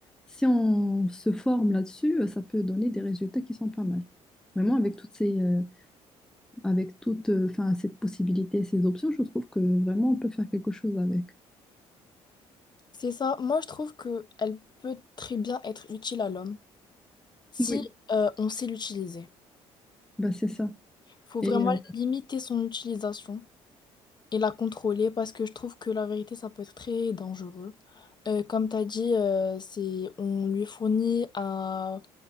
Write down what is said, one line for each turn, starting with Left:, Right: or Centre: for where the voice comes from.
Centre: si on se forme là-dessus, euh, ça peut donner des résultats qui sont pas mal. Vraiment avec toutes ces, euh, avec toute euh, enfin, cette possibilité, ces options, je trouve que vraiment on peut faire quelque chose avec.
Left: C'est ça. Moi, je trouve que elle peut très bien être utile à l'homme si
Centre: Oui,
Left: euh, on sait l'utiliser.
Centre: bah c'est ça.
Left: Faut
Centre: Et
Left: vraiment
Centre: euh,
Left: limiter son utilisation et la contrôler parce que je trouve que la vérité, ça peut être très dangereux. Euh, comme tu as dit, euh, c'est, on lui fournit un,